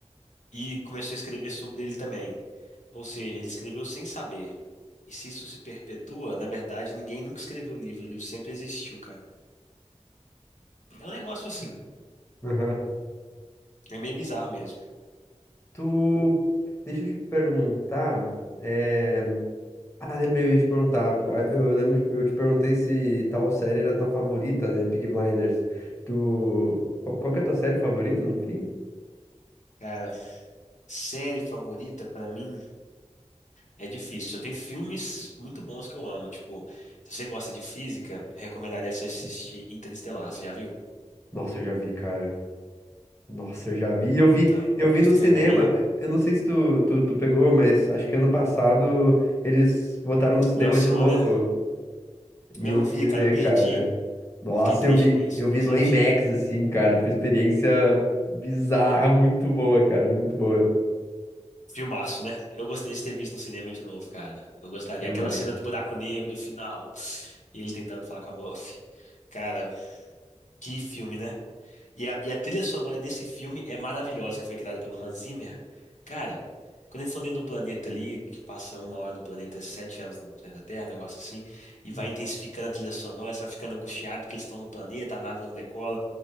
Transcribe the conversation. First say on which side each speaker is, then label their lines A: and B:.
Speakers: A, on the left; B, on the left.
A: e começou a escrever sobre ele também. Ou seja, ele escreveu sem saber. E se isso se perpetua, na verdade, ninguém nunca escreveu o livro, o livro sempre existiu, cara. É um negócio assim,
B: Aham.
A: é meio bizarro mesmo.
B: Tu. Deixa eu te perguntar. É... Ah, lembrei, eu ia te perguntar. ah, Eu lembro, eu te perguntei se tal série era tua favorita, né? Peaky Blinders. Tu. Qual, qual que é a tua série favorita no fim?
A: Cara, série favorita pra mim é difícil. Eu tenho filmes muito bons que eu amo, tipo, se você gosta de física, eu recomendaria você assistir Interestelar, você já viu?
B: Nossa, eu já vi, cara. Nossa, eu já vi. Eu vi,
A: Então,
B: eu
A: o
B: vi
A: Christopher
B: no cinema.
A: Nolan
B: eh, Eu não sei se tu, tu, tu pegou, mas acho que ano passado eles botaram no cinema
A: lançou,
B: de novo.
A: né?
B: E
A: Eu
B: eu
A: não
B: fui
A: vi, cara,
B: ver,
A: eu perdi.
B: cara. Nossa,
A: Eu fiquei triste
B: eu vi,
A: com isso,
B: eu
A: inclusive.
B: vi no IMAX, assim, cara. Tipo, experiência bizarra, muito boa, cara. Muito boa.
A: Filmaço, né? Eu gostaria de ter visto no cinema de novo, cara. Eu gostaria.
B: Demais.
A: Aquela cena do buraco negro, do final, e ele tentando falar com a Murphy. Cara, que filme, né? E a, e a trilha sonora desse filme é maravilhosa, que foi criada pelo Hans Zimmer. Cara, quando eles estão dentro do planeta ali, que passa uma hora no planeta, é sete anos no planeta Terra, um negócio assim, e vai
B: Uhum.
A: intensificando a trilha sonora, você vai ficando angustiado que eles estão no planeta, a nave não decola.